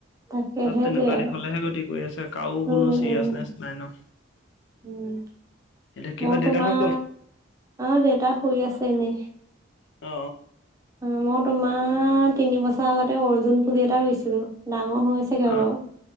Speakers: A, on the right (about 15°); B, on the left (about 65°).
A: তাকে
B: চব
A: সেইটোৱে
B: তেনেকুৱা
A: আৰু
B: দিশ হলেহে গতি কৰি আছে কাৰো কোনো
A: উম
B: চিৰিয়াচনেছ
A: উম
B: নাই ন
A: উম
B: এতিয়া কি
A: মই
B: হয় দেউতাহঁত
A: তোমাৰ
B: ক'ত
A: আ দেউতাক শুই আছেনে এনে
B: অ
A: অ মই তোমাৰ তিনিবছৰ আগতে অৰ্জুন পুলি এটা ৰুছিলো ডাঙৰ হৈ আছেগে
B: অ
A: বাৰু